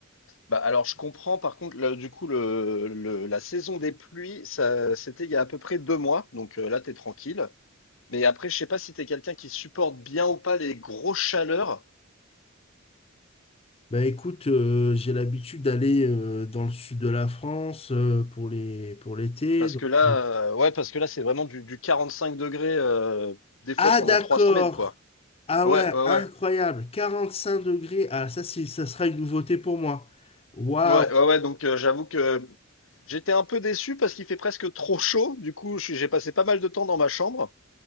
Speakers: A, on the left (about 65°); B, on the left (about 30°).
A: bah alors je comprends. Par contre, là, du coup, le, le- la saison des pluies, ça, c'était il y a à peu près deux mois, donc euh, là, t'es tranquille. Mais après, je sais pas si t'es quelqu'un qui supporte bien ou pas les grosses chaleurs,
B: Bah écoute, euh, j'ai l'habitude d'aller euh, dans le sud de la France euh, pour les pour l'été.
A: parce
B: donc-
A: que là,
B: <laughs>
A: euh, ouais, parce que là, c'est vraiment du, du 45 degrés euh, des fois
B: Ah
A: pendant
B: d'accord.
A: trois semaines, quoi.
B: Ah
A: Ouais,
B: ouais,
A: ouais,
B: incroyable.
A: ouais.
B: 45 degrés. Ah ça c'est ça sera une nouveauté pour moi. Waouh.
A: Ouais, ouais, ouais, donc euh, j'avoue que j'étais un peu déçu parce qu'il fait presque trop chaud. Du coup, je suis- j'ai passé pas mal de temps dans ma chambre.